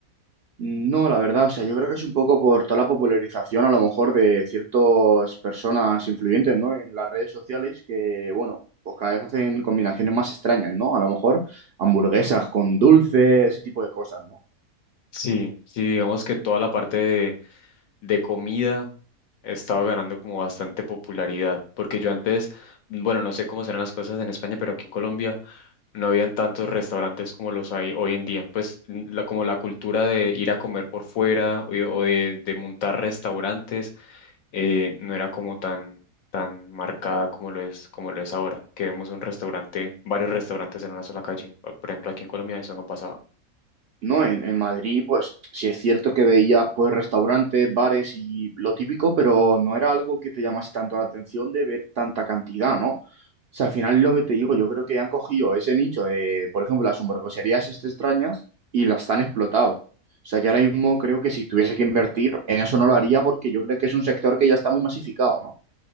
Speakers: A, on the right; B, on the left.
A: No, la verdad, o sea, yo creo que es un poco por toda la popularización a lo mejor de ciertas personas influyentes, ¿no? En las redes sociales que, bueno, pues cada vez hacen combinaciones más extrañas, ¿no? A lo mejor hamburguesas con dulce, ese tipo de cosas, ¿no?
B: Sí, sí, digamos que toda la parte de comida he estado ganando como bastante popularidad, porque yo antes, bueno, no sé cómo serán las cosas en España, pero aquí en Colombia no habían tantos restaurantes como los hay hoy en día. Pues n- la, como la cultura de ir a comer por fuera o, o de, de montar restaurantes eh, no era como tan, tan marcada como lo es, como lo es ahora, que vemos un restaurante, varios restaurantes en una sola calle. Por ejemplo, aquí en Colombia eso no pasaba.
A: No, en, en Madrid, pues sí es cierto que veías pues restaurantes, bares y lo típico, pero no era algo que te llamase tanto la atención de ver tanta cantidad, ¿no? O sea, al final lo que te digo, yo creo que han cogido ese nicho de, por ejemplo, las hamburgueserías este extrañas y las han explotado. O sea, yo ahora mismo creo que si tuviese que invertir en eso no lo haría porque yo creo que es un sector que ya está muy masificado, ¿no?